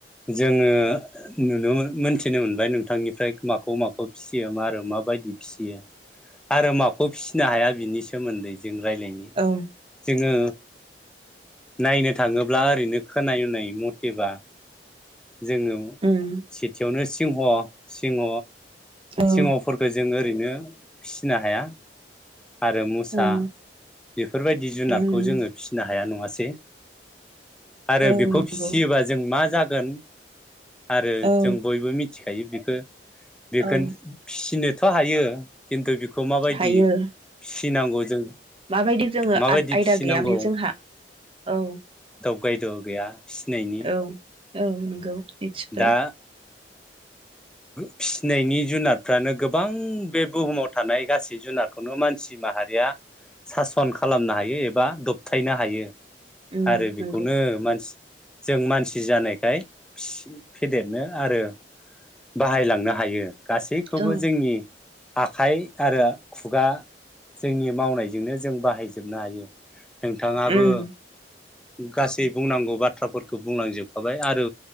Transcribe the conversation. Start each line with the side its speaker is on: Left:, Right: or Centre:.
Centre: जोङो नुनो मोनथिनो मोनबाय नोंथांनिफ्राय माखौ माखौ फिसियो मा आरो मा बायदि फिसियो आरो माखौ फिसिनो हाया बिनि सोमोन्दै जों रायज्लायनि
Right: औ
Centre: जोङो नायनो थाङोब्ला ओरैनो खोनानाय मथेबा जोङो
Right: औ उम
Centre: सिटियावनो सि सिंह सिंह
Right: औ
Centre: सिहफोरखौ जोङो ओरैनो फिसिनो हाया आरो मुसा
Right: उम
Centre: बेफोरबायदि जुनादखौ
Right: उम
Centre: जोङो फिसिनो हाया नङा सै आरो
Right: औ
Centre: बेखौ
Right: नंगौ
Centre: फिसियोबा जों मा जाग गोन आरो
Right: औ
Centre: जों बयबो मि थिखायो बिखो
Right: औ
Centre: गोन फिसिनोथ' हायो खिन्थु बेखौ माबायदि
Right: हायो
Centre: फिस सिनांगौ जों
Right: माबायदि जोङो
Centre: माबायदि
Right: आथ आयदा
Centre: फिसिनांगौ
Right: गैयामाने जोंहा औ
Centre: गैद' गैया फिसिनायनि
Right: औ औ नंगौ। मिथिबाय
Centre: दा फिसिनायनि जुनारफ्रानो गोबां बे बुहुमाव थानाय गासै जुनारखौनो मानसि माहारिया सासन खालामनो हायो एबा दबथायनो हायो।
Right: उम
Centre: आरो बेखौनो
Right: नंगौ
Centre: मानसि जों मानसि जानायखाय फेदेरनो आरो बाहायलांनो हायो। गासैखौबो
Right: औ
Centre: जोंनि आखाइ आरो खुगा जोंनि मावनायजोंनो जों बाहायजोबनो हायो। नोंथाङाबो
Right: उम
Centre: गासै बुंनांगौ बाथ्राफोरखौ बुंलांजोबखाबाय आरो